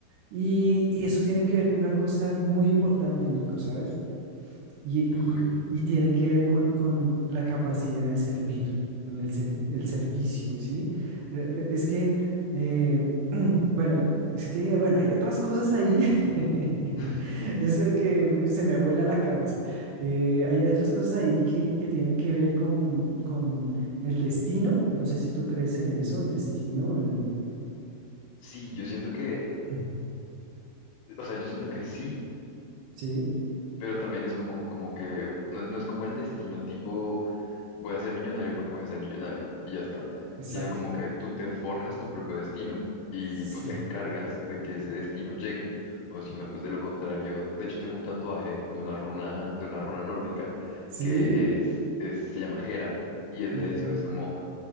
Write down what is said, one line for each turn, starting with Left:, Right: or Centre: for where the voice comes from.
Right: Y, y eso tiene que ver con una cosa muy importante, Nico, ¿sabes? Y, y-
Left: Ok.
Right: y tiene que ver con, con la capacidad de servir, con el, ser- el servicio, ¿sí? Le- le- Es que, eh, <clears throat> bueno, es que, bueno, hay otras cosas ahí, <laughs>
Left: <laughs>
Right: es de que se me vuela la cabeza. Eh, hay otras cosas ahí que, que tienen que ver con, con el destino, no sé si tú crees en eso, el destino, el...
Left: Sí, yo siento que,
Right: <clears throat>
Left: o sea, yo siento que sí,
Right: Sí,
Left: pero también es como, como que, no, no es como el destino tipo voy a ser millonario porque voy a ser millonario y ya está,
Right: exacto.
Left: sino como que tú te forjas tu propio destino y
Right: Sí,
Left: tú te encargas de que ese destino llegue, o si no, pues de lo contrario, de hecho tengo un tatuaje de una runa, de una runa nórdica
Right: sí,
Left: que es, es- se llama Hera y es
Right: ok,
Left: de eso, es como